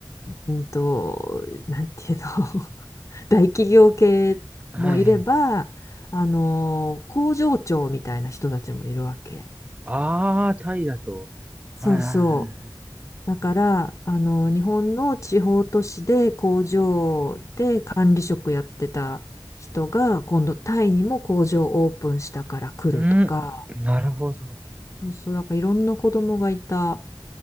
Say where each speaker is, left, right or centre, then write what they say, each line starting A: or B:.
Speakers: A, on the left; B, on the right.
A: うんと、なんていうの、<laughs> 大企業系もいれば、
B: はい。
A: あの、工場長みたいな人たちもいるわけ。
B: ああ、タイだと。
A: そうそ
B: はい、はい、はい。はい
A: う。だから、あの、日本の地方都市で工場で管理職やってた人が、今度タイにも工場オープンしたから来るとか、
B: うん、なるほど。
A: そう、そうだからいろんな子供がいた。